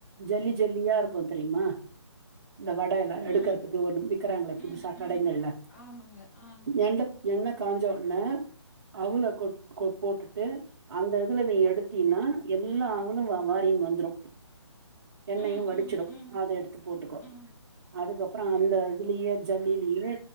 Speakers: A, on the right; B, on the left.
A: ஜல்லி ஜல்லி யா இருக்குந் தெரியும்மா இந்த வட எல்லா எடுக்குறதுக்கு
B: ம்,
A: ஒண்ணும் விக்கிறாங்களே புதுசா
B: ம்,
A: கடைங்கள்ல
B: ம். ஆமாங்க. ஆ.
A: எந்த எண்ண காஞ்ச உடனே அவுள கொ போட்டுட்டு அந்த இதுல நீ எடுத்தினா எல்லா அவுளும் வாரின் வந்துரும் எண்ணயும்
B: ம்,
A: வடிச்சிடும்
B: ம், ம்,
A: அத எடுத்து போட்டுக்கோ
B: ம்,
A: அதுக்கப்புறம் அந்த இதுலயே ஜல்லிலயே